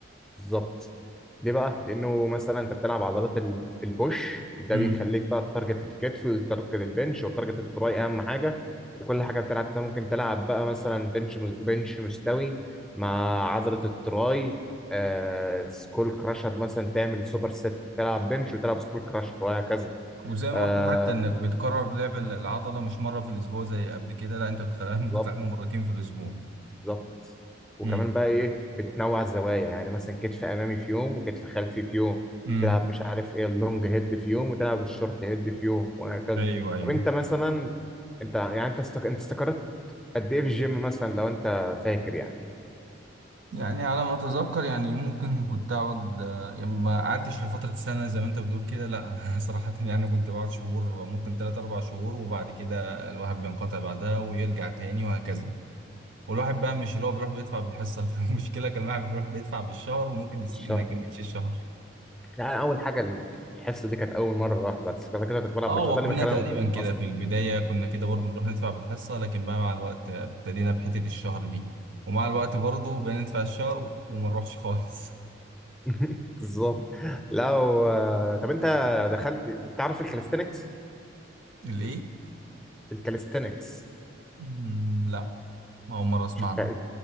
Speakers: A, in the centre; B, on the right (about 75°).
A: بالظبط ليه بقى؟ لأنه مثلا أنت بتلعب عضلات ال- البوش ده
B: امم
A: بيخليك بقى تارجت الكتف وتارجت البنش وتارجت التراي أهم حاجة وكل حاجة بتلعب أنت ممكن تلعب بقى مثلا بنش بنش مستوي مع عضلة التراي آه سكول كراشر مثلا تعمل سوبر ست تلعب بنش وتلعب سكول كراشر وهكذا
B: وزي
A: آه
B: ما قلت حتى انك بتكرر لعب ال- العضلة مش مرة في الاسبوع زي قبل كده لا انت بتخليها ممكن
A: بالظبط
B: تلعبها مرتين في الاسبوع
A: بالظبط وكمان
B: امم
A: بقى ايه بتنوع الزوايا يعني مثلا كتف امامي في يوم وكتف خلفي في يوم
B: امم
A: تلعب مش عارف ايه اللونج هيد في يوم وتلعب الشورت هيد في يوم وهكذا
B: ايوه ايوه
A: طب انت مثلا انت يعني انت استك... انت استقرت قد ايه في الجيم مثلا لو انت فاكر يعني
B: يعني على ما اتذكر يعني ممكن كنت اقعد آه، يعني ما قعدتش لفتره سنه زي ما انت بتقول كده لا <laughs> صراحه يعني كنت بقعد شهور ممكن 3 4 شهور وبعد كده الواحد بينقطع بعدها ويرجع تاني وهكذا والواحد بقى مش اللي هو بيروح بيدفع بالحصه <laughs> المشكله كان الواحد بيروح بيدفع بالشهر وممكن يس-
A: في الشهر
B: ما يكملش الشهر
A: يعني اول حاجه الحصه دي كانت اول مره رحت بعد بعد كده كنت بلعب
B: اه
A: بشع
B: وكلنا
A: ده اللي بيخليني
B: تقريبا
A: انتظم
B: كده
A: اصلا
B: في البدايه كنا كده
A: بالظبط
B: برضو بنروح ندفع بالحصه لكن بقى مع الوقت ابتدينا بحته الشهر دي ومع الوقت برضو بقينا ندفع الشهر وما نروحش خالص
A: <laughs> بالظبط لو طب انت دخلت تعرف الكاليستنكس
B: <laughs> ليه؟
A: الكاليستنكس
B: مم، لا أول مرة أسمع
A: شفت
B: عنها